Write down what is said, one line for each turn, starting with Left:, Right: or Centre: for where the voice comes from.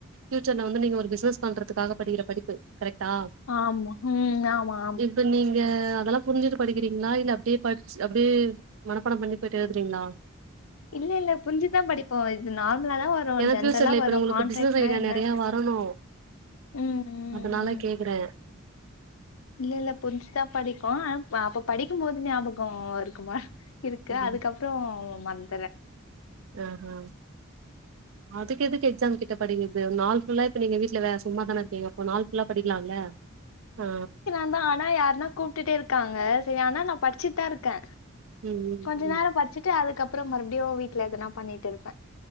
Right: ஃபியூச்சர்ல வந்து நீங்க ஒரு பிஸ்னஸ் பண்றத்துக்காக படிக்குற படிப்பு கரெக்டா
Left: ஆம்மா ஹிம் ஆம்மா
Right: இப்ப நீங்க அதெல்லா புரிஞ்சுட்டு படிக்கிறீங்களா இல்ல அப்டியே படிச்சு அப்டியே மனப்பாடம் பண்ணி போய்ட்டு எழுதுறீங்களா
Left: இல்ல இல்ல புரிஞ்சுதா படிப்போ இது நார்மலா தா வரு
Right: ஏன்னா
Left: ஜென்ரலா
Right: ஃபியூச்சர்ல
Left: வரு
Right: இப்ப உங்களுக்கு
Left: கான்ட்ராக்ட்னா
Right: பிசினஸ் ஐடியா
Left: என்ன
Right: நெறைய வரணு
Left: ம் ம்
Right: அதனால
Left: ம்
Right: கேட் கிறே
Left: இல்ல இல்ல புரிஞ்சுதா படிக்கோ ஆனா அப் அப்ப படிக்கும் போது ஞாபகோ இருக்குமா இருக்கு
Right: ம்
Left: அதுக்கப்றோ மறந்திர்ரே
Right: அ ஹா அதுக்கு எதுக்கு எக்ஸாம் கிட்ட படிக்றது நாள் ஃபுல்லா இப்ப நீங்க வீட்ல வேற சும்மாதான இருக்கீங்க இப்போ நாள் ஃபுல்லா படிக்கலால்ல அ
Left: ந்தா ஆனா யாருன்னா கூப்ட்டுட்டே இருக்காங்க சரி ஆனா நா படிச்சுட் தா இருக்கே
Right: ம் ம்
Left: கொஞ்ச
Right: ம்
Left: நேரோ படிச்சுட்டு அதுக்கப்றோ மறுபடியு வீட்ல எதனா பண்ணிட்டு இருப்பே